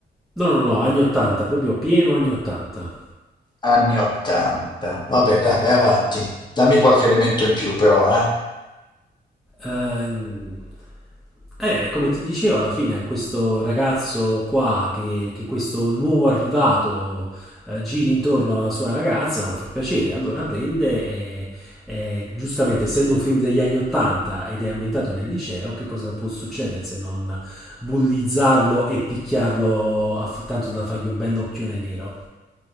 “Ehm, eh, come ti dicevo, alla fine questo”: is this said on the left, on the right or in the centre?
Centre